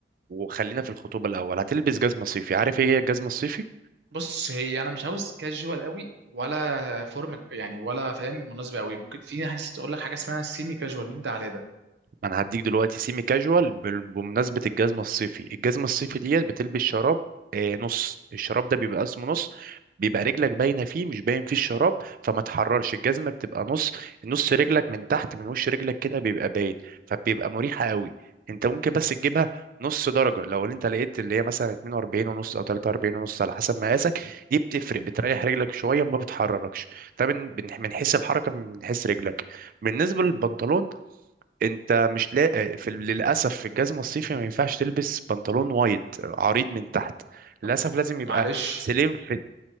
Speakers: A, on the right; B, on the right.
A: وخلينا في الخطوبة الأول هتلبس جزمة صيفي عارف ايه هي الجزمة الصيفي
B: بص هي انا مش عاوز كاجوال قوي ولا فورمال يعني ولا فاهم مناسبه قوي ممكن في ناس تقول لك حاجه اسمها سيمي كاجوال من ده على ده
A: انا هديك دلوقتي سيمي كاجوال بمناسبه الجزمه الصيفي الجزمه الصيفي ديت بتلبس شراب آه، نص الشراب ده بيبقى اسمه نص بيبقى رجلك باينه فيه مش باين فيه الشراب فما تحررش الجزمه بتبقى نص نص رجلك من تحت من وش رجلك كده بيبقى باين فبيبقى مريحه قوي انت ممكن بس تجيبها نص درجه لو انت لقيت اللي هي مثلا 42 ونص او 43 ونص على حسب مقاسك دي بتفرق بتريح رجلك شويه ما بتحركش ده من من من حيث الحركه من حيث رجلك بالنسبه للبنطلون انت مش لاقي في للاسف في الجزمه الصيفي ما ينفعش تلبس بنطلون وايد عريض من تحت
B: طب
A: للاسف لازم يبقى
B: معلش
A: سليم فيت